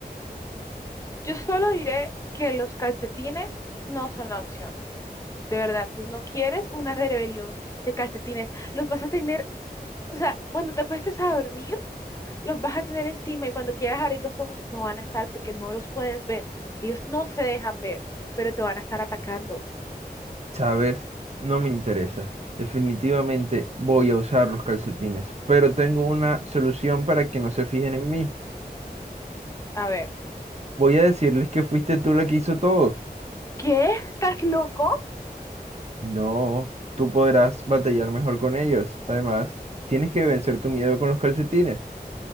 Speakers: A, on the left; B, on the right.
A: Yo solo diré que los calcetines no son la opción. De verdad, tú no quieres una rebelión de calcetines. Los vas a tener, o sea, cuando te acuestes a dormir, los vas a tener encima y cuando quieras abrir los ojos no van a estar porque no los puedes ver. Ellos no se dejan ver, pero te van a estar atacando.
B: ¿Sabes? No me interesa. Definitivamente voy a usar los calcetines. Pero tengo una solución para que no se fijen en mí.
A: A ver,
B: Voy a decirles que fuiste tú la que hizo todo.
A: ¿qué? ¿Estás loco?
B: No, tú podrás batallar mejor con ellos. Además, tienes que vencer tu miedo con los calcetines.